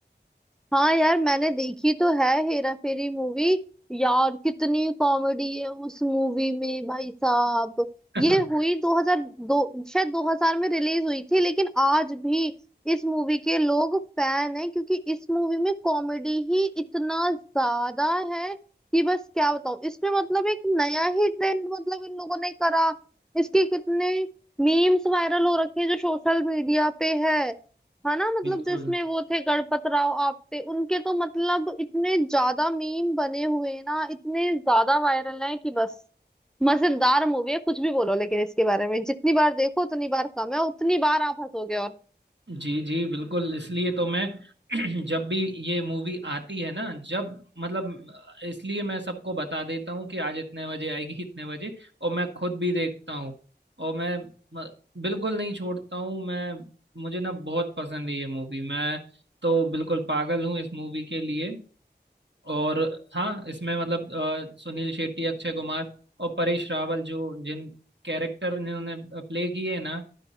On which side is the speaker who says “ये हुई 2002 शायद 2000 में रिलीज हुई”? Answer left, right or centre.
Centre